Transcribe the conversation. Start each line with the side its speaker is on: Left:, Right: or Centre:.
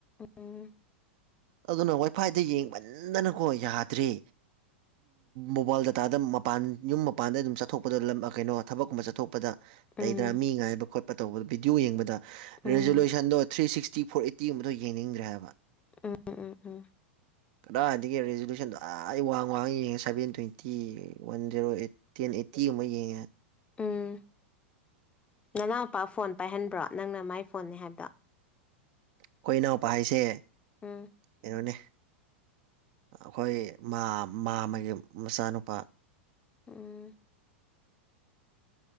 Left: ꯎꯝ
Right: ꯑꯗꯨꯅ ꯋꯥꯏꯐꯥꯏꯗꯒꯤ ꯌꯦꯡꯃꯟꯗꯅꯀꯣ ꯌꯥꯗ꯭ꯔꯦ ꯃꯣꯕꯥꯏꯜ ꯗꯇꯥꯗ ꯃꯄꯥꯟ ꯌꯨꯝ ꯃꯄꯥꯟꯗ ꯑꯗꯨꯝ ꯆꯠꯊꯣꯛꯄꯗ ꯀꯩꯅꯣ ꯊꯕꯛꯀꯨꯝꯕ ꯆꯠꯊꯣꯛꯄꯗ
Left: ꯎꯝ
Right: ꯂꯩꯗꯅ ꯃꯤ ꯉꯥꯏꯕ ꯈꯣꯠꯄ ꯇꯧꯕ ꯚꯤꯗꯤꯑꯣ ꯌꯦꯡꯕꯗ
Left: ꯎꯝ
Right: ꯔꯤꯖꯣꯂꯨꯁꯟꯗꯣ ꯊ꯭ꯔꯤ ꯁꯤꯛꯁꯇꯤ ꯐꯣꯔ ꯑꯦꯠꯇꯤꯒꯨꯝꯕꯗꯣ ꯌꯦꯡꯅꯤꯡꯗ꯭ꯔꯦ ꯍꯥꯏꯕ
Left: ꯎꯝ ꯎꯝ ꯎꯝ
Right: ꯀꯗꯥꯏꯗꯒꯤ ꯔꯤꯖꯨꯂꯨꯁꯟꯗꯣ ꯑꯧ ꯋꯥꯡ ꯋꯥꯡ ꯌꯦꯡꯉꯦ seven twenty one zero eight ten eighty ꯑꯃ ꯌꯦꯡꯉꯦ
Left: ꯎꯝ ꯅꯅꯥꯎꯄꯥ ꯐꯣꯟ ꯄꯥꯏꯍꯟꯕ꯭ꯔꯣ ꯅꯪꯅ ꯃꯥꯏ ꯐꯣꯟꯅꯤ ꯍꯥꯏꯕꯗꯣ
Right: ꯑꯩꯈꯣꯏ ꯏꯅꯥꯎꯄꯥ ꯍꯥꯏꯁꯦ
Left: ꯎꯝ
Right: ꯀꯩꯅꯣꯅꯦ ꯑꯩꯈꯣꯏ ꯃꯥꯝꯃꯒꯤ ꯃꯆꯥꯅꯨꯄꯥ
Left: ꯎꯝ